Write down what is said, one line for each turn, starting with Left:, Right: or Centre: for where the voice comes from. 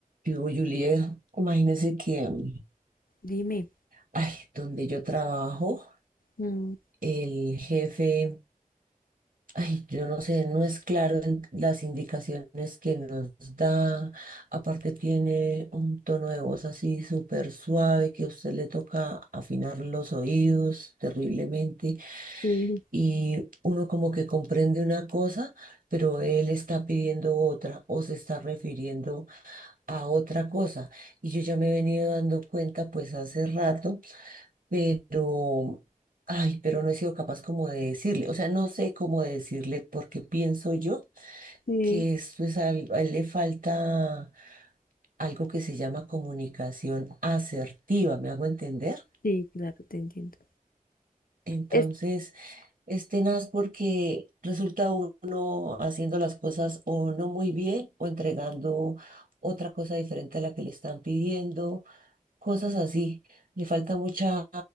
Right: Yo, Juliet, imagínense que, mm,
Left: Dime.
Right: ay, donde yo trabajo,
Left: Mm,
Right: el jefe, ay, yo no sé, no es claro en las indicaciones que nos da. Aparte tiene un tono de voz así súper suave que a usted le toca afinar los oídos terriblemente
Left: Sí,
Right: y uno como que comprende una cosa, pero él está pidiendo otra o se está refiriendo a otra cosa. Y yo ya me he venido dando cuenta pues hace rato pero, ay, pero no he sido capaz como de decirle, o sea, no sé cómo decirle porque pienso yo
Left: sí.
Right: que esto es algo, a él le falta algo que se llama comunicación asertiva, ¿me hago entender?
Left: Sí, claro, te entiendo.
Right: Entonces,
Left: Es,
Right: es tenaz porque resulta uno haciendo las cosas o no muy bien o entregando otra cosa diferente a la que le están pidiendo, cosas así. Le falta mucha